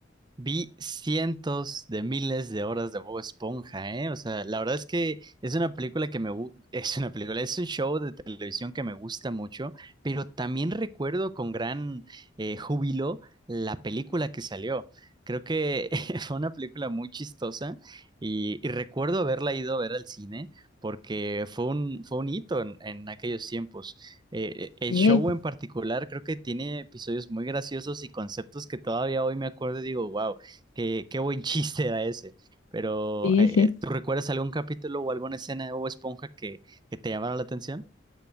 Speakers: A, on the right (about 20°); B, on the left (about 80°).
A: Vi cientos de miles de horas de Bob Esponja, ¿eh? O sea, la verdad es que es una película que me... gu- <laughs> Es una película, es un show de televisión que me gusta mucho, pero también recuerdo con gran eh, júbilo la película que salió. Creo que <laughs> fue una película muy chistosa y, y recuerdo haberla ido a ver al cine porque fue un, fue un hito en, en aquellos tiempos. Eh, el
B: Sí,
A: show en particular creo que tiene episodios muy graciosos y conceptos que todavía hoy me acuerdo y digo, wow, qué, qué buen <laughs> chiste era ese. Pero,
B: sí,
A: eh,
B: sí.
A: eh, ¿tú recuerdas algún capítulo o alguna escena de Bob Esponja que, que te llamara la atención?